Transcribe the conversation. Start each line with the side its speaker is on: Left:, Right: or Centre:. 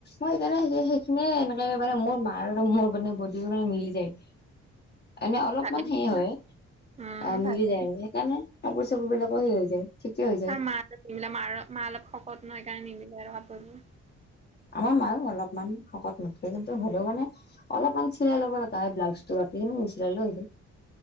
Left: মই সেইকাৰণে সে সেইখিনিয়ে এনেকে মানে মোৰ মাৰ আৰু মোৰ মানে বদি মানে মিলি যায়। এনে অলপমান
Right: ভালেই
Left: সেয়
Right: পিছে
Left: হয়।
Right: উম,
Left: অ মিলি
Right: ভালে
Left: যায় আৰু সেইকাৰণে কাপোৰ চাপোৰবিলাকো সে হৈ যায়। ঠিকে হৈ যায়
Right: হা মাৰ নিমিলে মাৰ মা অলপ শকত নহ সেইকাৰণে নিমিলে আৰ কাপোৰবোৰ
Left: আমাৰ মায়ো অলপমান শকত মাতে কিন্তু হ'লেও মানে অলপমান চিলাই ল'ব লগা হয় ব্লাউজটো বাকীখিনি নিচিলালো হৈ যায়।